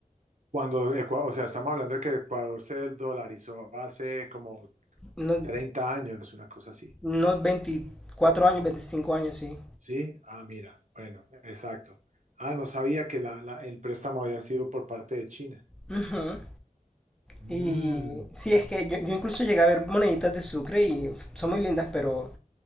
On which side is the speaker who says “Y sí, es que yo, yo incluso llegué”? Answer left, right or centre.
Centre